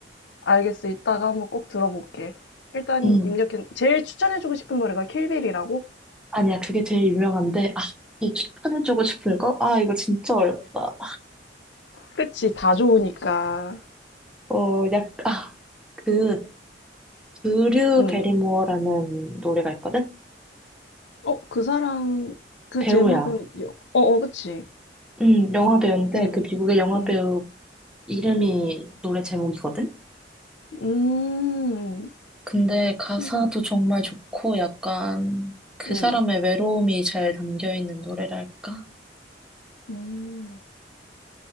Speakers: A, on the left; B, in the centre.
A: 알겠어. 이따가 한번 꼭 들어볼게. 일단
B: 음.
A: 입력해. 제일 추천해주고 싶은 노래가 킬빌이라고?
B: 아니야, 그게 제일 유명한데 아, 이 추천해주고 싶은 거? 아, 이거 진짜 어렵다.
A: 그치, 다 좋으니까.
B: 어, 약, 아, 그, 드류
A: 응.
B: 베리모어라는 노래가 있거든?
A: 어, 그 사람, 그
B: 배우야.
A: 제목은, 여- 어, 어, 그치.
B: 음, 영화 배우인데
A: 응,
B: 그 미국의 영화
A: 응.
B: 배우 이름이 노래 제목이거든?
A: 음,
B: 근데 가사도
A: 신기하다.
B: 정말 좋고 약간 그
A: 응,
B: 사람의 외로움이 잘 담겨 있는 노래랄까?
A: 음.